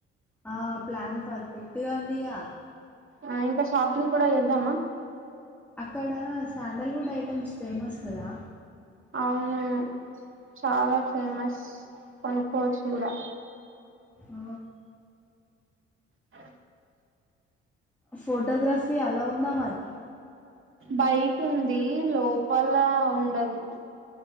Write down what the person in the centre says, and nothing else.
ఆ ప్లాన్ పర్ఫెక్ట్ గా ఉందిగా
అక్కడ శాండల్వుడ్ ఐటెమ్స్ ఫేమస్ కదా
అ
ఫోటోగ్రఫీ అలో ఉందా మరి